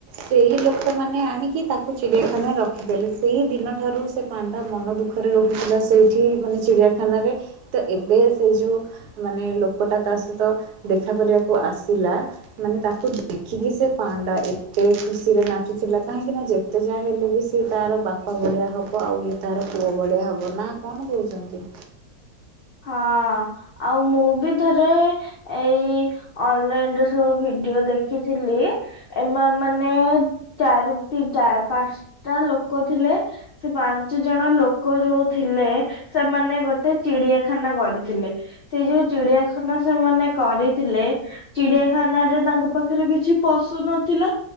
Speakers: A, on the right; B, on the left.
A: ସେଇ ଲୋକମାନେ ଆଣିକି ତାକୁ ଚିଡ଼ିଆଖାନାରେ ରଖିଦେଲେ। ସେଇ ଦିନ ଠାରୁ ସେ ପା ଣ୍ଡା ମନ ଦୁଃଖରେ ରହୁଥିଲା ସେଇଠି ମାନେ ଚିଡ଼ିଆଖାନାରେ ତ ଏବେ ସେ ଯୋଉ ମାନେ ଲୋକଟା ତା ସହିତ ଦେଖା କରିବାକୁ ଆସିଲା ମାନେ ତାକୁ ଦେଖିକି ସେ ପାଣ୍ଡା ଏତ୍ ଏତେ ଖୁସିରେ ନାଚୁଥିଲା କାହିଁକି ନା ଯେତେ ଯାହା ହେଲେ ବି ସିଏ ତାର ବାପା ଭଳିଆ ହବ। ଆଉ ଇଏ ତାର ପୁଅ ଭଳିଆ ହବ ନା କଣ କହୁଚନ୍ତି?
B: ହଁ ଆଉ ମୁଁ ବି ଥରେ ଏଇ ଅନଲାଇନ୍ ରେ ସବୁ ଭି ଡିଓ ଦେଖିଥିଲି। ଏମାନ୍ ମାନେ ଚାରି ଟି ପାଞ୍ଚଟା ଲୋ ଲୋକ ଥିଲେ। ସେ ପାଞ୍ଚ ଜଣ ଲୋକ ଯୋଉ ଥିଲେ ସେମାନେ ଗୋଟେ ଚିଡିଆ ଖାନା ଗଡିଥିଲେ। ସେଇ ଯୋଉ ଚିଡିଆଖାନା ସେମାନେ କରିଥିଲେ ଚିଡିଆଖାନାରେ ତାଙ୍କ ପାଖରେ କିଛି ପଶୁ ନଥିଲା।